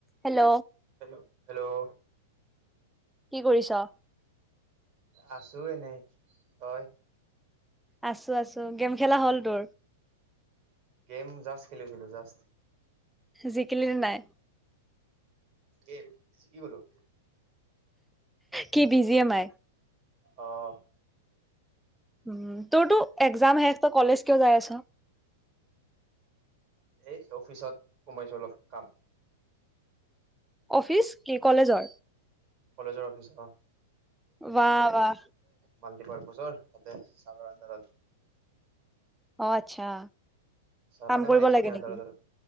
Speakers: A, in the centre; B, on the right.
A: Hello
B: hello
A: কি কৰিছ?
B: আছো এনেই তই?
A: আছো আছো গেম খেলা হ'ল তোৰ?
B: গেম জাষ্ট খেলিছিলো জাষ্ট
A: জিকিলিনে নাই
B: গেম জিকি গ'লো।
A: কি বিজিয়ে মাই।
B: অ'।
A: উম । তোৰতো এক্জাম শেষ, তই কলেজ কিয় যাই আছ'?
B: এ অফিচত সোমাইছোঁ। অলপ কাম।
A: অফিচ? কি কলেজৰ?
B: কলেজৰ অফিচ অ
A: ৱাহ- ৱাহ।
B: মালটি-পাৰপাছ'ৰ । তাতে চাৰৰ আন্দাৰত।
A: অ' আচ্ছা।
B: চাৰ
A: কাম
B: মানে
A: কৰিব
B: আমাৰ এইচ অ
A: লাগে
B: দিৰ আন্দাৰত
A: নেকি?
B: আৰু।